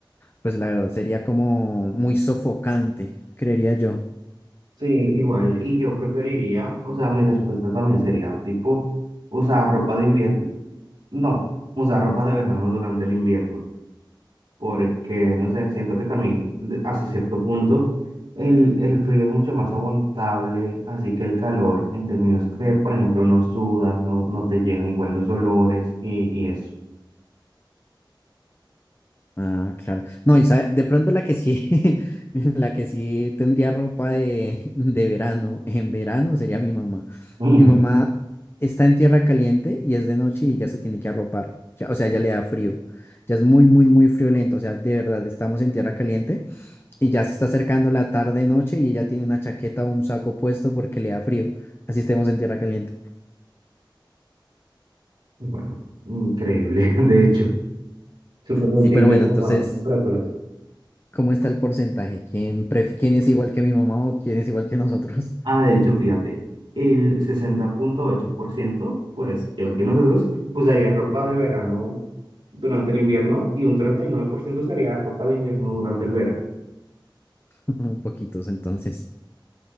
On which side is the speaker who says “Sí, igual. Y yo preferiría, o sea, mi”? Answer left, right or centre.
Right